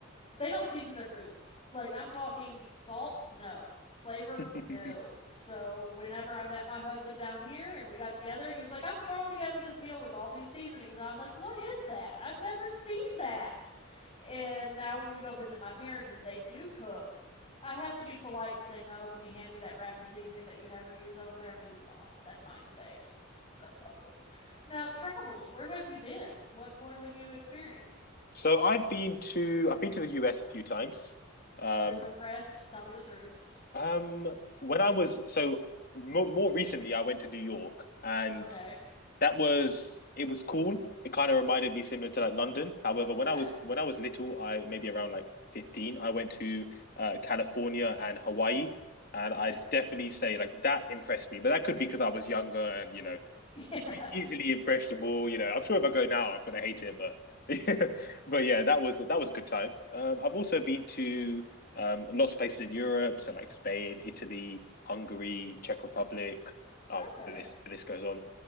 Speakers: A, on the left (about 30°); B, on the left (about 50°).
A: they don't season their food. Like I'm talking salt, no. Flavor,
B: <laughs>
A: no. So whenever I met my husband down here and we got together, he was like, "I'm throwing together this meal with all these seasonings." I was like, "What is that? I've never seen that." And now when we go visit my parents and they do cook, I have to be polite and say, "No, can you hand me that rack of seasoning that you never use over there? I'm going to use it all. That's mine today." <laughs> So, now travels, where have you been? What what have you experienced?
B: So I've been to I've been to the US a few times. Um,
A: Were you impressed? Tell me the truth.
B: um, when I was so mo more recently, I went to New York, and
A: Okay.
B: that was it was cool. It kind of reminded me similar to like London. However, when
A: Okay.
B: I was when I was little, I maybe around like fifteen, I went to uh, California and Hawaii, and
A: Okay.
B: I definitely say like that impressed me. But that could be because I was younger and you know
A: <laughs> Yeah.
B: e- easily impressionable. You know, I'm sure if I go now, I'm gonna hate it. But <laughs> but yeah, that was that was a good time. Um, I've also been to um lots of places in Europe, so like Spain, Italy, Hungary, Czech Republic. Um,
A: Okay.
B: the list the list goes on.